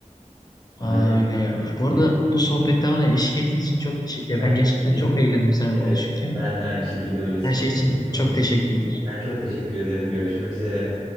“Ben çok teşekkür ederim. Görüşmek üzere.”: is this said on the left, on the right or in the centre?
Right